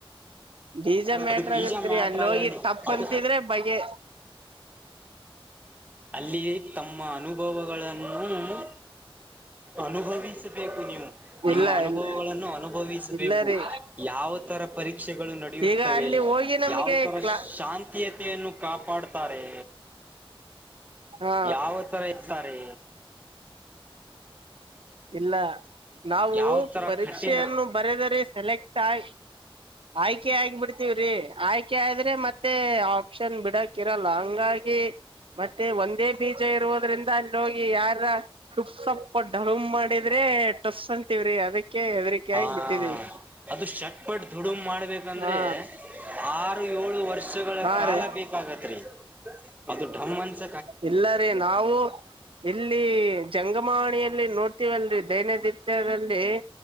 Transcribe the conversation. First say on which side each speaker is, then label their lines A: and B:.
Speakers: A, on the right; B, on the right.
A: ಬೀಜ ಮ್ಯಾಟ್ರ
B: ಅದು ಬೀಜ
A: ಆಗತ್ರಿ
B: ಮ್ಯಾಟ್ರ
A: ಅಲ್ಲಿ
B: ಆಗಲ್ಲಿ
A: ಹೋಗಿ ತಪ್ಪ
B: ಅದು
A: ಅನ್ಸಿದ್ರೆ ಬಗೆ
B: ಅಲ್ಲಿ ತಮ್ಮ ಅನುಭವಗಳನ್ನು ಅನುಭವಿಸಬೇಕು ನೀವು ನಿಮ್ಮ
A: ಇಲ್ಲ
B: ಅನುಭವಗಳನ್ನು
A: ಇಲ್ಲ
B: ಅನುಭವಿಸಬೇಕು
A: ಇಲ್ಲ ರೀ
B: ಯಾವ ತರ ಪರೀಕ್ಷೆಗಳು ನಡೆಯುತ್ತವೆ
A: ಈಗ ಅಲ್ಲಿ ಹೋಗಿ ನಮ್ಗೆ
B: ಯಾವ ತರ
A: ಕ್ಲಾ
B: ಶಾಂತಿಯ ನ್ನು ಕಾಪಾಡುತ್ತಾರೆ
A: ಹಾ
B: ಯಾವ ತರ ಇರ್ತಾರೆ
A: ಇಲ್ಲ ನಾವು
B: ಯಾವ ತರ
A: ಪರೀಕ್ಷೆಯನ್ನು
B: ಕಠಿಣ
A: ಬರೆದರೆ ಸೆಲೆಕ್ಟ್ ಆ ಆಯ್ಕೆ ಆಗ್ ಬಿಡ್ತಿವ್ರಿ ಆಯ್ಕೆ ಆದ್ರೆ ಮತ್ತೆ ಆಪ್ಷನ್ ಬಿಡಕ್ ಹಕ್ಕಿರಲ್ಲ ಹಂಗಾಗಿ ಮತ್ತೆ ಒಂದೇ ಬೀಜ ಇರುವುದ್ರಿಂದ ಅಲ್ಲಿ ಹೋಗಿ ಯಾರ ಸುಪ್ ಸಪ್ಪ ಡರುಮ ಮಾಡಿದ್ರೆ ಟಸ್ ಅಂತಿವವ್ರಿ ಅದಕ್ಕೆ ಹೆದರಿಕೆ
B: ಹಾ
A: ಆಗಿ ಬಿಟ್ಟಿದೀವಿ
B: ಅದು ಶಟ್ಪಟ್ ದುಡುಮ ಮಾಡ್ಬೇಕಂದ್ರೆ
A: ಹಾ
B: ಆರು ಏಳು ವರ್ಷಗಳ
A: ಹಾ
B: ಕಾಲ
A: ರೀ
B: ಬೇಕಾಗತ್ ರೀ ಅದು ನ್ಸ
A: ಇಲ್ಲ ರೀ ನಾವು ಇಲ್ಲಿ ಜಂಗ ಚಮಣಿಯಲ್ಲಿ ನೋಡ್ತೀವಲ್ರರಿ ದೈನಂದಿತ್ಯದಲ್ಲಿ